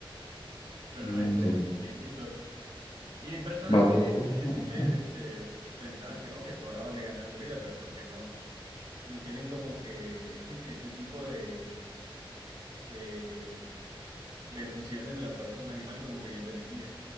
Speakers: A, on the right (about 75°); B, on the left (about 70°).
A: Pero
B: No,
A: no, es,
B: Entonces,
A: eh, bien chistoso. Y hay personas
B: va
A: que
B: todo. Ajá.
A: <laughs> sí se, se pensaban que no, que sobraba le ganaba al gorila, pero porque no, no tienen como que <laughs> ese tipo de, de, de nociones de la fuerza de un animal como que bien definidas.